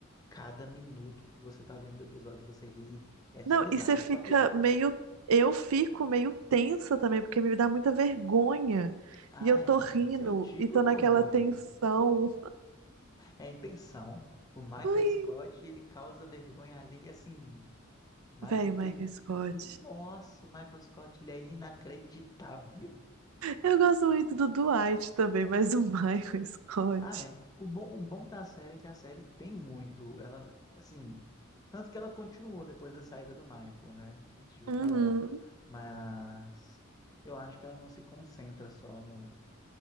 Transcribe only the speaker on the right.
Não,
e você fica
meio. Eu fico meio tensa também, porque me dá muita vergonha.
E eu tô
rindo
e tô
naquela
tensão.
Ai.
Velho,
Michael Scott.
Eu gosto muito do Dwight também, mas o <laughs> Michael Scott.
Uhum.